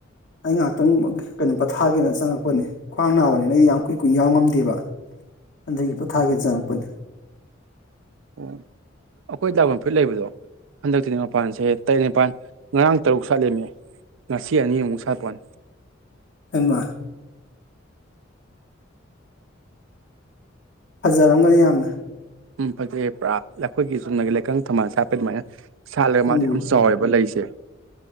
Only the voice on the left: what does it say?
ꯑꯩ ꯉꯥꯏꯍꯥꯛꯇꯪ ꯀꯩꯅꯣ ꯄꯊꯥꯒꯦꯅ ꯆꯪꯉꯛꯄꯅꯤ ꯈ꯭ꯋꯥꯡ ꯅꯥꯕꯅꯤꯅ ꯑꯩꯗꯤ ꯌꯥꯝ ꯀꯨꯏ ꯀꯨꯏ ꯌꯥꯎ ꯉꯝꯗꯦꯕ ꯑꯟꯗꯒꯤ ꯄꯣꯊꯥꯒꯦꯅ ꯆꯪꯉꯛꯄꯅꯦ
ꯑꯃ ꯐꯖꯔꯝꯒꯅꯤ ꯌꯥꯝꯅ
ꯎꯝ